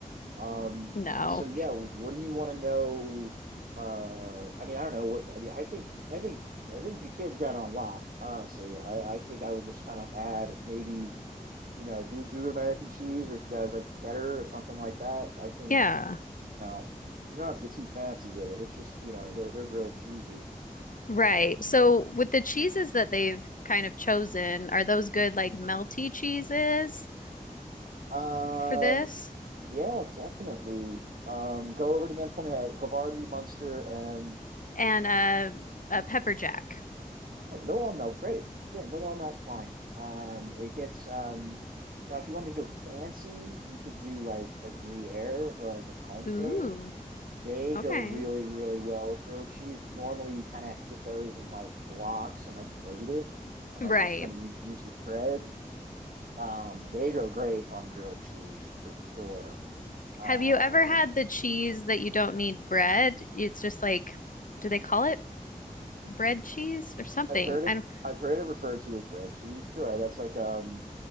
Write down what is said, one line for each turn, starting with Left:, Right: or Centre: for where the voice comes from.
Right: Um,
Left: No.
Right: so yeah, what do you want to know? Uh, I mean, I don't know what, I mean, I think, I think, I think your kid's got it on lock, honestly. I, I think I would just kind of add maybe, you know, do, do American cheese or if you guys like cheddar or something like that. I think,
Left: Yeah.
Right: you know, you don't have to get too fancy with it. It's just, you know, they're, they're grilled cheeses.
Left: Right. So with the cheeses that they've kind of chosen, are those good like melty cheeses
Right: Um,
Left: for this?
Right: yeah, definitely. Um, go over it again for me. Uh, Havarti, Munster, and
Left: And uh, a pepper jack.
Right: yeah, they'll all melt great. Yeah, they'll all melt fine. Um, it gets um, now if you wanted to go fancy, you could do like a Gruyere or like a Comté.
Left: Ooh,
Right: They
Left: okay.
Right: go really, really well with grilled cheese, but normally you kind of have to get those in like blocks and like grate it and
Left: Right.
Right: like just kind of use, use the threads. Um, they go great on grilled cheese for sure. Uh,
Left: Have you ever had the cheese that you don't need bread? It's just like, do they call it bread cheese or something?
Right: I've heard it.
Left: I don't.
Right: I've heard it referred to as breadsheet. Sure, that's like um